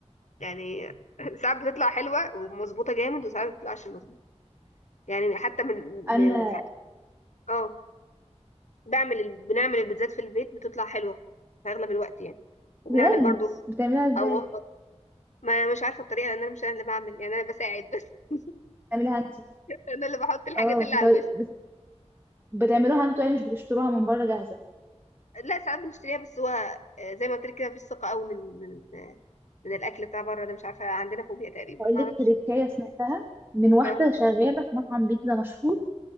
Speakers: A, on the left (about 80°); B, on the right (about 20°).
A: يعني <laughs> ساعات بتطلع حلوه ومظبوطه جامد وساعات ما بتطلعش مظبوطه يعني حتى من
B: انا
A: من- في- اه بعمل ال- بنعمل البيتزات في البيت بتطلع حلوه في اغلب الوقت يعني وبنعمل
B: بجد
A: برضو
B: بتعمليها ازاي
A: اه والله ما مش عارفه الطريقه لان انا مش انا اللي بعمل يعني انا بساعد بس <laughs>
B: بتعمليها انت
A: انا اللي بحط الحاجات
B: اه
A: اللي
B: بتقول-
A: على الوش
B: بت- بتعملوها انتوا يعني مش بتشتروها من بره جاهزه
A: لا ساعات بنشتريها بس هو آه، زي ما قلت لك كده مفيش ثقة قوي من من آه، من الأكل بتاع بره ده مش عارفة عندنا فوبيا تقريبا
B: هقول
A: معرفش
B: لك تريكايه سمعتها من واحده
A: اه
B: شغاله في مطعم بيتزا مشهور